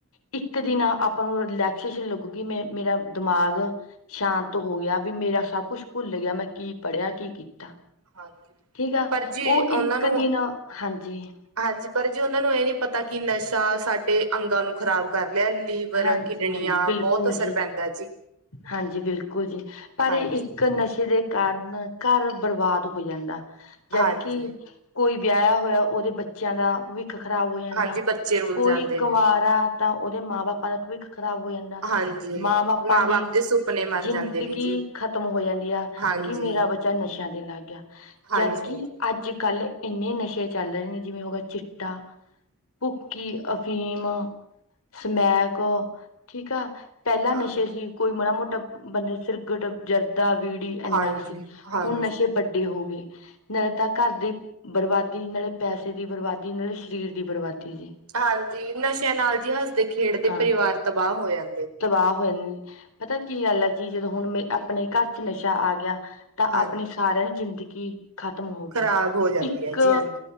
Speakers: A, on the left (about 70°); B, on the right (about 80°).
A: ਇੱਕ ਦਿਨ ਆਪਾਂ ਨੂੰ ਰਿਲੈਕਸੇਸ਼ਨ ਲੱਗੂਗੀ ''ਮੈਂ' ਮੇਰਾ ਦਿਮਾਗ ਸ਼ਾਂਤ ਹੋ ਗਿਆ ਵੀ ਮੇਰਾ ਸਭ ਕੁਛ ਭੁੱਲ ਗਿਆ ਮੈਂ ਕਿ ਪੜ੍ਹਿਆ ਕਿ ਕੀਤਾ
B: ਹਾਂਜੀ
A: ਠੀਕ ਆ
B: ਪਰ ਜੀ
A: ਉਹ
B: ਉਹਨਾਂ
A: ਇੱਕ
B: ਨੂੰ
A: ਦਿਨ, ਹਾਂਜੀ।
B: ਹਾਂਜੀ ਪਰ ਜੀ ਉਹਨਾਂ ਨੂੰ ਇਹ ਨੀ ਪਤਾ ਕਿ ਨਸ਼ਾ ਸਾਡੇ ਅੰਗਾਂ ਨੂੰ ਖ਼ਰਾਬ ਕਰ ਲੀਵਰ,
A: ਹਾਂਜੀ
B: ਕਿਡਨੀਆਂ
A: ਹਾਂਜੀ ਬਿਲਕੁਲ
B: ਬਹੁਤ ਅਸਰ ਪੈਂਦਾ ਜੀ।
A: ਹਾਂਜੀ, ਬਿਲਕੁਲ ਜੀ ਪਰ
B: ਹਾਂਜੀ
A: ਇੱਕ ਨਸ਼ੇ ਦੇ ਕਾਰਨ ਘਰ ਬਰਬਾਦ ਹੋ ਜਾਂਦਾ ਜਦਕਿ
B: ਹਾਂਜੀ
A: ਕੋਈ ਵਿਆਹ ਹੋਇਆ ਉਹਦੇ ਬੱਚਿਆਂ ਦਾ ਭਵਿੱਖ ਖ਼ਰਾਬ ਹੋ ਜਾਂਦਾ।
B: ਹਾਂਜੀ ਬੱਚੇ ਰੁਲ
A: ਕੋਈ
B: ਜਾਂਦੇ
A: ਕੁਵਾਰਾ
B: ਨੇ
A: ਤਾਂ ਉਹਦੇ ਮਾਂ -ਬਾਪਾ ਦਾ ਭਵਿੱਖ ਖ਼ਰਾਬ ਹੋ ਜਾਂਦਾ।
B: ਹਾਂਜੀ
A: ਮਾਂ -ਬਾਪਾਂ ਦੀ
B: ਬਾਪ ਦੇ ਸੁਪਨੇ ਮਰ
A: ਜ਼ਿੰਦਗੀ
B: ਜਾਂਦੇ ਨੇ ਜੀ
A: ਖਤਮ ਹੋ ਜਾਂਦੀ ਆ।
B: ਹਾਂਜੀ
A: ਕਿ ਮੇਰਾ ਬੱਚਾ ਨਸ਼ਿਆਂ ਦੇ ਲੱਗ ਗਿਆ
B: ਹਾਂਜੀ
A: ਜਦਕਿ
B: ਹਾਂਜੀ
A: ਅੱਜ ਕੱਲ ਇੰਨੇ ਨਸ਼ੇ ਚੱਲ ਰਹੇ ਨੇ ਜਿਵੇਂ ਹੋ ਚਿੱਟਾ, ਭੁੱਕੀ ਅਫੀਮ, ਸਮੈਕ ਠੀਕ ਆ ਪਹਿਲਾਂ
B: ਹਾਂਜੀ
A: ਨਸ਼ੇ ਸੀ ਕੋਈ ਮਾੜਾ -ਮੋਟਾ ਬੰਦਾ ਸਿਰਗਟ, ਜਰਦ ਦਾ ਬੀੜੀ ਇੰਨਾ
B: ਹਾਂਜੀ
A: ਕੁ ਸੀ।
B: ਹਾਂਜੀ
A: ਹੁਣ ਨਸ਼ੇ ਵੱਡੇ ਹੋ ਗਏ ਨਾਲੇ ਤਾਂ ਘਰ ਦੀ ਬਰਬਾਦੀ, ਨਾਲੇ ਪੈਸੇ ਦੀ ਬਰਬਾਦੀ, ਨਾਲੇ ਸਰੀਰ ਦੀ ਬਰਬਾਦੀ। ਜੀ
B: ਹਾਂਜੀ, ਨਸ਼ਿਆਂ ਨਾਲ ਜੀ ਹੱਸਦੇ- ਖੇਡਦੇ
A: ਹਾਂ
B: ਪਰਿਵਾਰ ਤਬਾਹ ਹੋ ਜਾਂ
A: ਤਬਾਹ ਹੋਏ ਨੇ ਪਤਾ ਕੀ ਗੱਲ ਆ ਜੀ ਜਦੋਂ ਹੁਣ ਮੇ ਆਪਣੇ ਘਰ ਚ ਨਸ਼ਾ ਆ ਗਿਆ ਤਾਂ
B: ਹਾਂਜੀ
A: ਆਪਣੀ ਸਾਰਿਆਂ ਦੀ ਜ਼ਿੰਦਗੀ ਖਤਮ ਹੋ ਗਈ।
B: ਖ਼ਰਾਬ ਹੋ ਜਾਂਦੀ
A: ਇੱਕ
B: ਹੈ ਜੀ ਹਾਂਜੀ